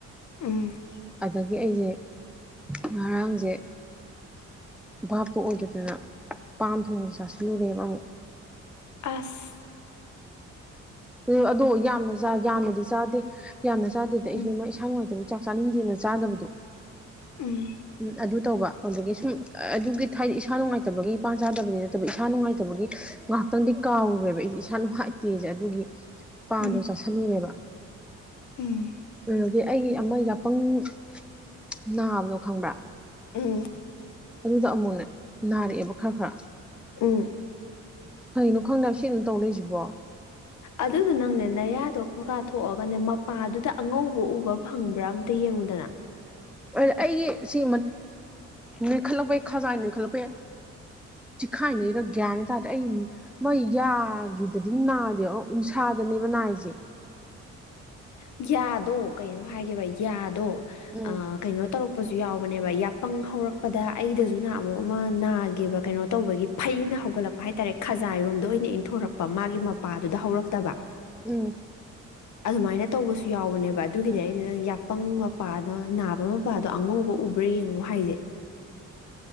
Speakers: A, on the left (about 70°); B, in the centre.
A: ꯎꯝ
B: ꯑꯗꯒꯤ ꯑꯩꯁꯦ ꯉꯔꯥꯡꯁꯦ ꯚꯥꯞꯇꯨ ꯑꯣꯏꯗꯗꯅ ꯄꯥꯥꯟ ꯊꯣꯡꯕꯁ ꯆꯥꯁꯤꯜꯂꯨꯔꯦꯕ ꯑꯃꯨꯛ
A: ꯑꯁ
B: ꯑꯗꯨ ꯑꯗꯣ ꯌꯥꯝꯅ ꯌꯥꯝꯅꯗꯤ ꯆꯥꯗꯦ ꯌꯥꯝꯅ ꯆꯥꯗꯦꯗ ꯑꯩꯁꯨ
A: ꯎꯝ
B: ꯏꯁꯥ ꯅꯨꯡꯉꯥꯏꯇꯕ ꯆꯥꯛ ꯆꯥꯅꯤꯡꯗꯦꯅ ꯆꯥꯗꯕꯗꯣ
A: ꯎꯝ
B: ꯎꯝ ꯑꯗꯨ ꯇꯧꯕ ꯑꯗꯒꯤ ꯁꯨꯝ ꯑꯗꯨꯒꯤ ꯊꯥꯏꯗꯤ ꯏꯁꯥ ꯅꯨꯡꯉꯥꯏꯇꯕꯒꯤ ꯏꯄꯥꯟ ꯆꯥꯗꯕꯅꯤ ꯅꯠꯇꯕ ꯏꯁꯥ ꯅꯨꯡꯉꯥꯏꯇꯕꯒꯤ ꯉꯥꯛ ꯉꯍꯥꯛꯇꯪꯗꯤ ꯀꯥꯎꯔꯨꯔꯦꯕ ꯑꯩꯁꯦ ꯏꯁꯥ ꯅꯨꯡꯉꯥꯏꯇꯦꯁꯦ ꯑꯗꯨꯒꯤ ꯄꯥꯟꯗꯣ
A: ꯎꯝ
B: ꯆꯥꯁꯤꯜꯂꯨꯔꯦꯕ
A: ꯎꯝ
B: ꯑꯗꯨꯗꯒꯤ ꯑꯩꯒꯤ ꯑꯃ ꯌꯥꯄꯪ ꯅꯥꯕꯗꯣ ꯈꯪꯕ꯭ꯔꯥ
A: ꯎꯝ
B: ꯑꯗꯨꯗ ꯑꯃꯨꯛꯅꯦ ꯅꯥꯔꯛꯑꯦꯕ ꯈꯔ ꯈꯔ
A: ꯎꯝ
B: ꯀꯩꯅꯣ ꯈꯪꯗ ꯁꯤ ꯑꯗꯨ ꯇꯧ ꯂꯩꯔꯤꯁꯤꯕꯣ
A: ꯑꯗꯨꯗꯣ ꯅꯪꯅꯦ ꯅꯌꯥꯗꯣ ꯃꯀꯥ ꯊꯣꯛꯑꯒꯅꯦ ꯃꯄꯥꯗꯨꯗ ꯑꯉꯧꯕ ꯎꯕ ꯐꯪꯕ꯭ꯔꯥ ꯑꯝꯇ ꯌꯦꯡꯉꯨꯗꯅ
B: ꯑꯩꯒꯤ ꯁꯤ ꯅꯣꯏꯈꯠꯂꯛꯄꯩ ꯈꯖꯥꯟ ꯅꯣꯏꯈꯠꯂꯛꯄ ꯌꯥꯏ ꯆꯤꯈꯥꯏꯅꯩꯔ ꯒꯦꯌꯥ ꯍꯥꯏ ꯇꯥꯔꯗꯤ ꯑꯩ ꯃꯣꯏ ꯌꯥꯒꯤꯗꯗꯤ ꯅꯥꯗꯦ ꯎꯟꯁꯥ ꯊꯥꯗꯅꯦꯕ ꯅꯥꯏꯁꯦ
A: ꯌꯥꯗꯣ ꯀꯩꯅꯣꯝ ꯍꯥꯏꯒꯦꯕ ꯌꯥꯗꯣ
B: ꯎꯝ
A: ꯑ ꯀꯩꯅꯣ ꯇꯧꯔꯛ ꯄꯄꯁꯨ ꯌꯥꯎꯕꯅꯦꯕ ꯌꯥꯄꯪ ꯍꯧꯔꯛꯄꯗ ꯑꯩꯗꯁꯨ ꯍ ꯑꯃꯨꯛ ꯑꯃ ꯅꯥ ꯀꯩꯅꯣ ꯇꯧꯕꯒꯤ ꯐꯩꯅ ꯍꯧꯒꯠꯂꯛꯄ ꯍꯥꯏꯇꯥꯔꯦ ꯈꯖꯥꯏꯔꯣꯝꯗ ꯑꯣꯏꯅ ꯏꯟꯊꯣꯔꯛꯄ ꯃꯄꯥꯗ ꯍꯧꯔꯛꯇꯕ
B: ꯎꯝ
A: ꯑꯗꯨꯃꯥꯏꯅ ꯨ ꯌꯥꯎꯕꯅꯦꯕ ꯑꯗꯨꯒꯤꯅꯦ ꯑꯩꯅ ꯌꯥꯄꯪ ꯃꯄꯥꯗꯣ ꯅꯥꯕ ꯃꯃꯥ ꯃꯄꯥꯗꯣ ꯑꯉꯧꯕ ꯎꯕ꯭ꯔꯥ ꯌꯦꯡꯉꯨ ꯍꯥꯏꯁꯦ